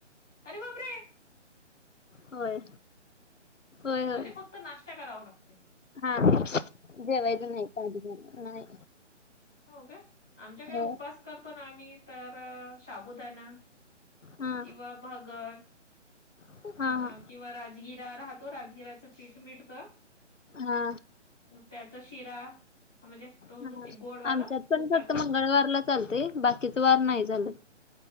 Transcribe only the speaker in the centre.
अरे बाब रे
म्हणजे फक्त नाश्ता करावा लागते.
हो का आमच्याकडे
उपास करतो ना आम्ही तर शाबुदाणा
किंवा भगर
ह
किंवा राजगिरा राहतो राजगिराचं पीठ मिडत
त्याचा शिरा म्हणजे तो
जो ते गोडवालं
तूप
टाकून